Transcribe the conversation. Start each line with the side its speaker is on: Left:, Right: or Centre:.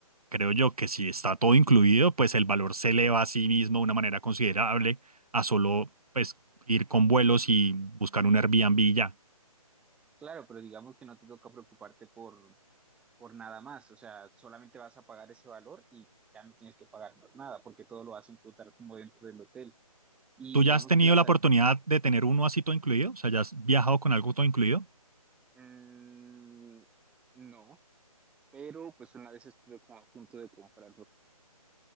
Right: creo yo que si está todo incluido, pues el valor se eleva a sí mismo de una manera considerable a solo, pues, ir con vuelos y buscar un Airbnb y ya.
Centre: claro, pero digamos que no te toca preocuparte por, por nada más. O sea, solamente vas a pagar ese valor y ya no tienes que pagar más nada porque todo lo vas a encontrar como dentro del hotel. Y
Right: ¿Tú
Centre: digamos
Right: ya has tenido
Centre: que las...
Right: la
Centre: ac-
Right: oportunidad de tener uno así todo incluido? O sea, ¿ya has viajado con algo todo incluido?
Centre: mm, no, pero pues una vez estuve como a punto de comprarlo.